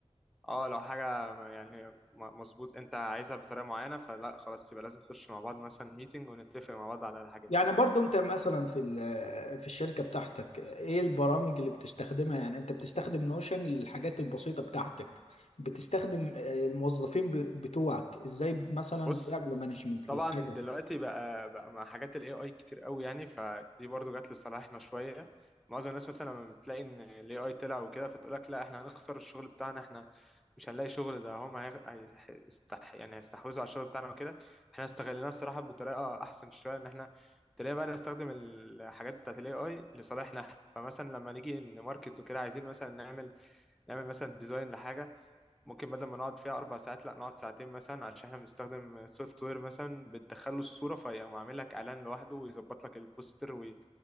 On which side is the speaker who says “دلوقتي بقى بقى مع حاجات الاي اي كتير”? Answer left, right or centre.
Centre